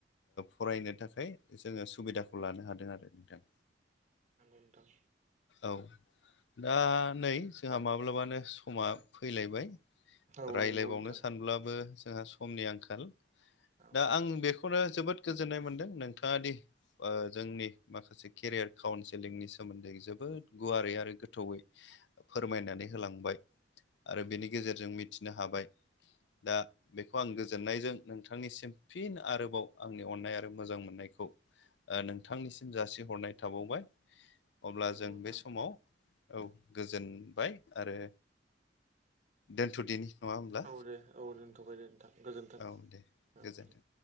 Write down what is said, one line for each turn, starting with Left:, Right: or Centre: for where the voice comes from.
Left: फरायनो थाखाय जोङो सुबिदाखौ लानो हादों आरो नोंथां
Right: नंगौ नोंथां।
Left: औ। दा नै जोंहा माब्लाबानो समा फैलायबाय।
Right: औ
Left: रायज्लायबावनो
Right: नंगौ नोंथां
Left: सानब्लाबो जोंहा समनि आंखाल
Right: औ
Left: दा आं बेखौनो जोबोद गोजोननाय मोनदों नोंथाङा दि जोंनि माखासे केरियार काउन्सिलिंनि सोमोन्दै जोबोद गुवारै आरो आरो गोथौयै फोरमायनानै होलांबाय आरो बेनि गेजेरजों मिथिनो हाबाय दा बेखौ आं गोजोननायजों नोंथांनिसिम फिन आरोबाव आंनि अन्नाय आरो मोजां मोननायखौ नोंथांनिसिम जासिहरनाय थाबावबाय अब्ला
Right: नंगौ
Left: जों
Right: नोंथां
Left: बे समाव औ गोजोनबाय आरो दोनथ'दिनि नङा होमब्ला
Right: औ दे औ दोनथ'बाय दे नोंथां गोजोनथों
Left: औ दे गोजोन्थों
Right: औ